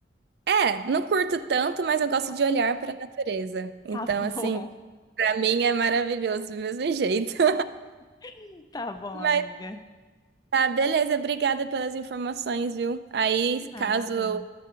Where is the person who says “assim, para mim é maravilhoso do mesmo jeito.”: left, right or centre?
Right